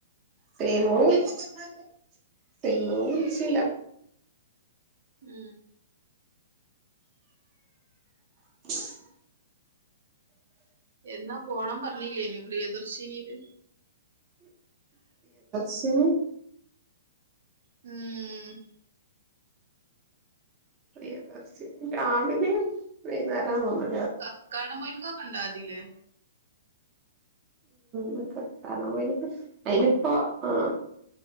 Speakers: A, on the right; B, on the right.
A: സെയ്‌മോള് <unintelligible> സെയ്‌മോള് വിളിച്ചീല്ല
B: മ്
A: <inaudible>
B: എന്നാ പോണം പറഞ്ഞില്ലേനോ പ്രിയദർശിനീല്
A: സ്സ്ന്
B: മ്
A: പ്രിയദർശിനി രാവിലിം വൈന്നേരാ തോന്ന്ണ്
B: കക്കാടംപോയില്ക്ക് കണ്ടാതീല്ലേ
A: മ് കക്കാടംപൊയില്ക്ക് അയ്നിപ്പോ ആ